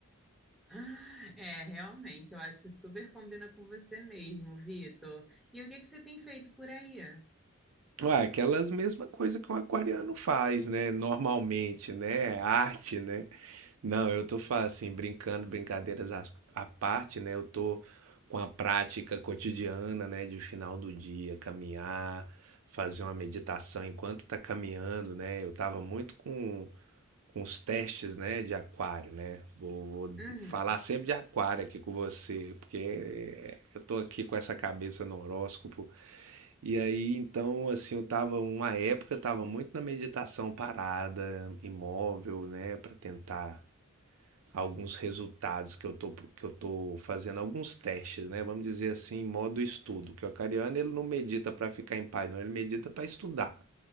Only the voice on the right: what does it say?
Ah, aquelas mesma coisa que um aquariano faz, né? Normalmente, né? Arte, né? Não, eu tô fa- assim, brincando, brincadeiras às- à parte, né? Eu tô com a prática cotidiana, né? De final do dia, caminhar, fazer uma meditação enquanto tá caminhando, né? Eu tava muito com, com os testes, né? De aquário, né? Vou, vou
falar sempre de aquário aqui com você, porque eu tô aqui com essa cabeça no horóscopo e aí, então, assim, eu tava uma época, eu tava muito na meditação parada, imóvel, né, para tentar alguns resultados que eu tô que eu tô fazendo alguns testes, né? Vamos dizer assim, em modo estudo, que o acariano ele não medita para ficar em paz, não, ele medita para estudar,